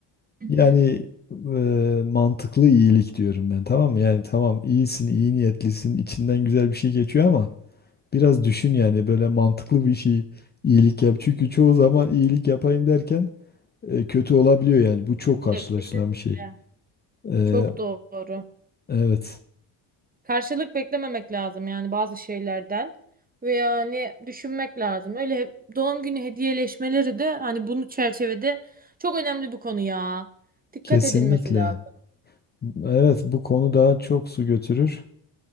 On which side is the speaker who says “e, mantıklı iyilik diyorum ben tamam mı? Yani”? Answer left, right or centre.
Left